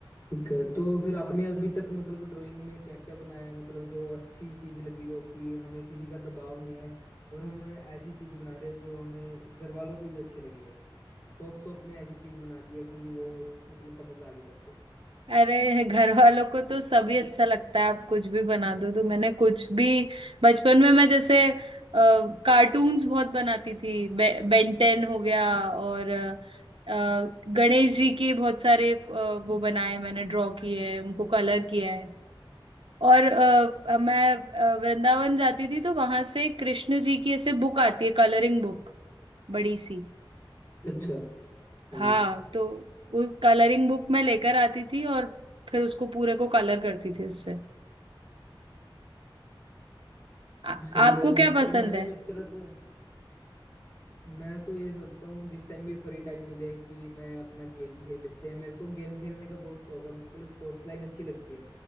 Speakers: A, on the left (about 30°); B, on the right (about 75°).
A: ठीक है तो फिर आपने अभी तक मतलब ड्राइंग में क्या क्या बनाया है, मतलब जो अच्छी चीज लगी हो कि हमें किसी का दबाव नहीं है और हम ऐसी चीज बना रहे हैं जो हमें घर वालों को भी अच्छी लगी है शौक शौक में ऐसी चीज बना दी है कि वो मतलब पसंद आ गई सबको
B: अरे घर वालों को तो सभी अच्छा लगता है आप कुछ भी बना दो तो मैंने कुछ भी बचपन में मैं जैसे कार्टून्स बहुत बनाती थी बे, बेंटेन हो गया और अ, अ, गणेश जी के बहुत सारे अ, वो बनाए हैं मैंने ड्रॉ किए हैं उनको कलर किया है और अ, मैं अ, वृंदावन जाती थी तो वहां से कृष्ण जी की ऐसे बुक आती है कलरिंग बुक बड़ी सी
A: अच्छा हाँ
B: हाँ
A: जी
B: तो उस कलरिंग बुक मैं लेकर आती थी और फिर उसको पूरे को कलर करती थी उससे आ,
A: सही
B: आपको
A: है
B: क्या पसंद
A: और मैं भी
B: है
A: सोच रहा था मैं तो ये सोचता हूँ जिस टाइम भी फ्री टाइम मिले कि मैं अपना गेम खेल लेते हैं मेरे को गेम खेलने का बहुत शौक है मतलब स्पोर्ट्स लाइन अच्छी लगती है